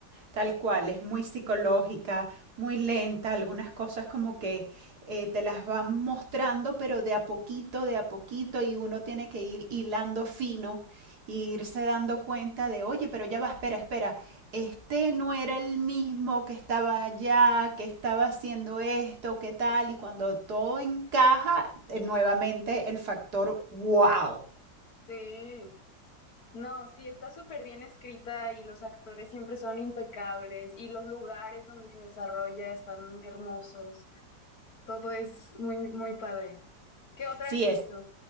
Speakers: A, on the right; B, on the left.
A: Tal cual, es muy psicológica, muy lenta, algunas cosas como que eh, te las van mostrando, pero de a poquito, de a poquito, y uno tiene que ir hilando fino e irse dando cuenta de, oye, pero ya va, espera, espera, este no era el mismo que estaba allá, que estaba haciendo esto, qué tal, y cuando todo encaja, eh, nuevamente el factor wow.
B: Sí. No, sí, está súper bien escrita y los actores siempre son impecables y los lugares donde se desarrolla están hermosos. Todo es muy, muy padre. ¿Qué otra
A: Sí,
B: has visto?
A: es